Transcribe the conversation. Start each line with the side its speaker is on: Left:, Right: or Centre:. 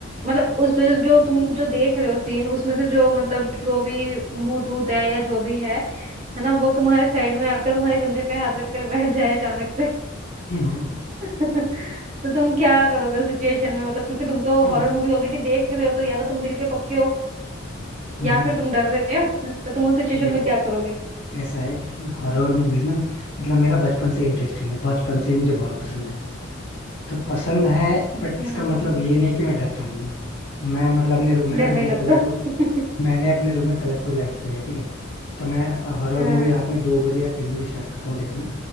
Right: मतलब उसमें जो जो तुम जो देख रहे हो सीन उसमें से जो मतलब जो भी भूत भूत है या जो भी है है ना वो तुम्हारे साइड में आकर तुम्हारे कंधे पे हाथ रखकर बैठ जाए अचानक
Left: हम्म हम्म
Right: <laughs> तो तुम क्या करोगे उस सिचुएशन में मतलब क्योंकि तुम तो
Left: हम्म
Right: हॉरर मूवी ऑलरेडी देख रहे हो तो या तो तुम दिल के पक्के हो
Left: हम्म।
Right: या फिर तुम डर रहे हो <laughs> तो तुम उस सिचुएशन
Left: देखो
Right: में क्या करोगे
Left: ऐसा है कि हॉरर मूवीज ना मतलब मेरा बचपन से इंटरेस्ट नहीं है बचपन से ही मुझे बहुत पसंद है तो पसंद है बट
Right: हम्म
Left: इसका मतलब ये नहीं कि मैं डरता नहीं हूँ मैं मतलब अपने रूम में
Right: डर
Left: ना मैंने
Right: नहीं लगता
Left: कलरफुल
Right: <laughs>
Left: मैंने अपने रूम में कलरफुल लाइट्स लगाई है, ठीक है तो मैं हॉरर
Right: हाँ
Left: मूवी रात में दो बजे या तीन बजे स्टार्ट करता हूँ देखना